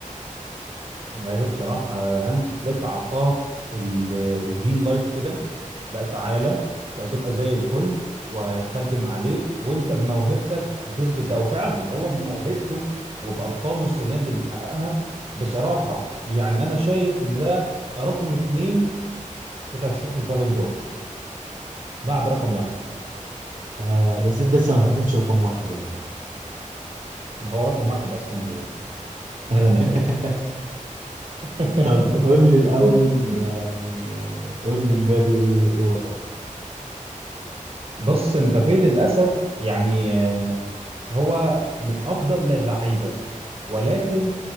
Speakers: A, on the right; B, on the right.
A: ايوه بصراحه هانز فليك عطاه ال- الجرين لايت كده لا تعالى وهتبقى زي الفل وهيتخدم عليك وانت بموهبتك هتثبت ده وفعلا هو بموهبته وبارقامه السنه دي اللي حققها بصراحه يعني انا شايف ان ده رقم اتنين في ترشيح البالون دور بعد رقم واحد
B: آه بس انت لسه ما حددتش رقم واحد يعني
A: ما هو رقم واحد عثمان ديمبلي
B: <laughs>
A: ده اللي انا شايفه <laughs>
B: طب قول لي الاول يعني آه، قول لي مبابي ايه إيه وضعه
A: بص مبابي للاسف يعني هو من افضل اللعيبه ولكن